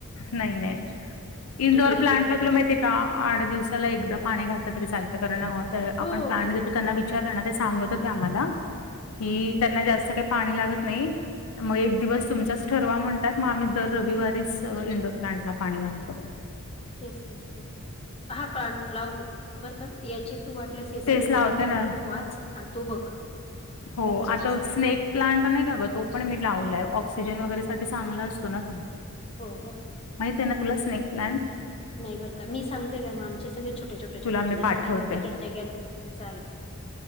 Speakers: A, on the left (about 75°); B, on the left (about 25°).
A: नाही नाही इंडोर
B: केल्या
A: प्लांटला
B: केल्या करू
A: तुला
B: शकते
A: माहिती, आहे का आठ दिवसाला एकदा पाणी घातलं तरी चालतं कारण, अ-त आपण
B: हो
A: प्लांट घेत तर त्यांना विचारलं ना ते सांगत होते, आम्हाला की
B: हं, हं.
A: त्यांना जास्त काही पाणी लागत नाही. मग एक दिवस तुमचाच ठरवा म्हणतात, मग आम्ही दर रविवारीचं तर इंडोर प्लांट ला पाणी घालतो.
B: तेच तेच तेच. हा प्लांट लावतो, बरं का याचे तू वाटलेस हे सगळे
A: तेच लावते
B: बेनिफिट
A: ना
B: ऐक वाचं आणि तो बघ.
A: हो,
B: दरवाज्यातच
A: आणि तो
B: लाव
A: स्नेक प्लांट नाही का गं तो पण मी लावलाय, ऑक्सिजन वगैरे साठी चांगला असतो ना तो.
B: हो का
A: माहित आहे, ना तुला स्नेक प्लांट?
B: नाही बरं का मी सांगते, काय मँम आमचे सगळे छोटे छोटे छोटे
A: तुला मी
B: छोटे
A: पाठवते.
B: झाड हायना तिकडच्या ग्यालरीत <unintelligible>